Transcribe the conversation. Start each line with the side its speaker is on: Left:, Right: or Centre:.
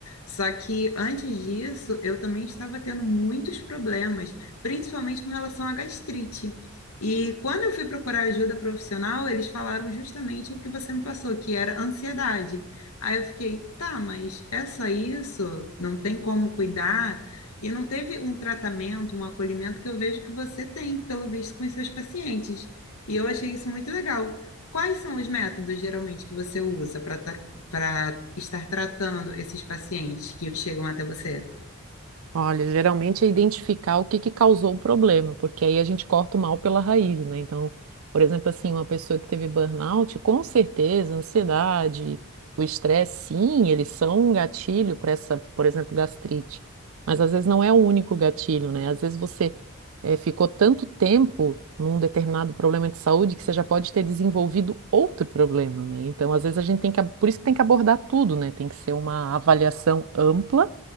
Left: Só que antes disso, eu também estava tendo muitos problemas, principalmente com relação à gastrite. E quando eu fui procurar ajuda profissional, eles falaram justamente o que você me passou, que era ansiedade. Aí eu fiquei, tá, mas é só isso? Não tem como cuidar? E não teve um tratamento, um acolhimento que eu vejo que você tem, pelo visto, com os seus pacientes. E eu achei isso muito legal. Quais são os métodos, geralmente, que você usa para para estar tratando esses pacientes que chegam até você?
Right: Olha, geralmente é identificar o que que causou o problema, porque aí a gente corta o mal pela raiz, né? Então, por exemplo, assim, uma pessoa que teve burnout, com certeza, a ansiedade, o estresse, sim, eles são um gatilho para essa, por exemplo, gastrite. Mas às vezes não é o único gatilho, né? Às vezes você eh, ficou tanto tempo num determinado problema de saúde que você já pode ter desenvolvido outro problema, né? Então, às vezes a gente tem que, ab- por isso que tem que abordar tudo, né? Tem que ser uma avaliação ampla